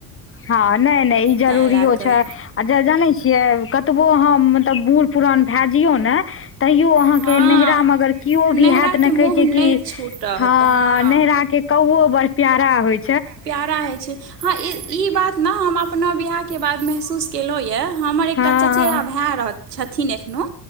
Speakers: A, on the left; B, on the right.
A: हँ नै- नै ई जरूरी
B: तैँ लए कऽ
A: छै। आ जे जानै छियै कतबो अहाँ मतलब बूढ़ पुरान भए जयौ ने तैयो अहाँके
B: हँ
A: नैहरा मे अगर केओ
B: नैहराके
A: भी हैत ने,
B: मोह
A: कहे छै
B: नहि
A: कि
B: छूटत
A: ह
B: हँ
A: नैहरा के कौओ बड़ प्यारा होय
B: प्यारा होइ छै हँ ई बात ने हम अपना बिआाहके बात महसूस केलहुँ यऽ, हमर एकटा
A: हँ
B: चचेरा भाय रहत छथिन एखनोहु,